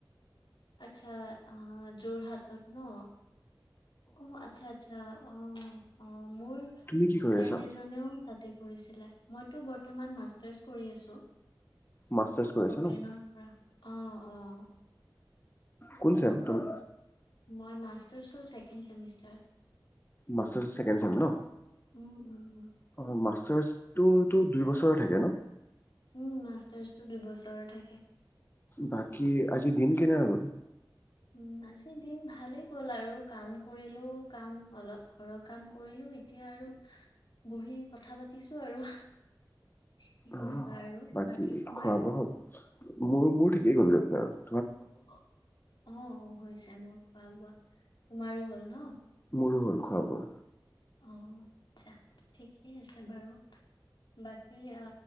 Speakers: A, on the left (about 65°); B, on the left (about 25°).
A: আচা অ', যোৰহাটত ন'। অ', আচা, আচা, অহ। অ', মোৰ
B: তুমি কি কৰি
A: ফ্ৰেণ্ড
B: আছা?
A: এজনেও তাতে কৰিছিলে মইতো বৰ্তমান মাষ্টাৰ্ছ কৰি আছোঁ
B: মাষ্টাৰ্ছ কৰি আছা
A: অ'পেনৰ
B: ন?
A: পৰা! অ'-অ'।
B: কোন ছেম তুমি?
A: মই মাষ্টাৰ্ছৰ ছেকেণ্ড ছেমিষ্টাৰ।
B: মাষ্টাৰ্ছৰ ছেকেণ্ড ছেম ন'!
A: উম, উম, উম,
B: অ' মাষ্টাৰ্ছ <unintelligible> টোতো দুই বছৰ থাকে ন'?
A: উম, মাষ্টাৰ্ছটো দুই বছৰৰ থাকে।
B: বাকী আজি দিন কেনেকা গ'ল?
A: উম, আজি দিন ভালেই গ'ল আৰু কাম কৰিলোঁ। কাম অলপ ঘৰৰ কাম কৰিলোঁ। এতিয়া আৰু বহি কথা পাতিছোঁ আৰু। কি কৰিবা
B: আহ
A: আৰু
B: বাকী
A: তোমাৰ?
B: খোৱা বোৱা হ'ল মোৰ মোৰ ঠিকেই গলই। <inaudible> য
A: অ অ হৈছে মোৰ খোৱা বোৱা তোমাৰো হ'ল ন
B: মোৰো হ'ল খোৱা বোৱা
A: অ আচ্ছা ঠিকেই আছে বাৰু বাকী অ